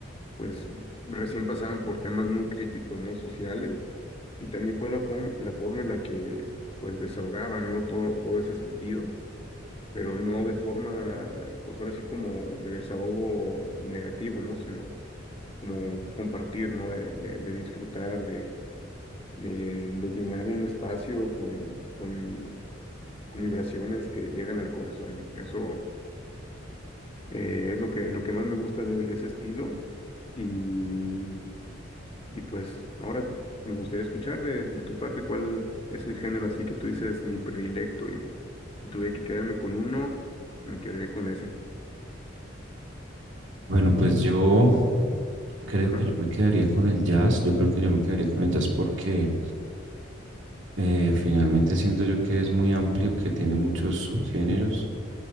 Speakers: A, on the left; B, on the right.
A: pues recién pasaban por temas muy críticos, ¿no? Sociales. Y también fue la forma, la forma en la que, pues, desahogaban, ¿no? Todo, todo ese sentido pero no de forma, pues ahora sí como de desahogo negativo, ¿no? Sino como compartir, ¿no? De, de- de disfrutar, de, de, de llenar un espacio con, con, con vibraciones que llegan al corazón. Eso eh, es lo que, lo que más me gusta de, de ese estilo. Y, y pues ahora me gustaría escuchar de, de tu parte cuál es el género así que tú dices mi predilecto y si tuve que quedarme con uno, me quedaré con ese.
B: Bueno, pues yo creo
A: Ajá.
B: que yo me quedaría con el jazz. Yo creo que yo me quedaría con el jazz porque eh, finalmente siento yo que es muy amplio, que tiene muchos subgéneros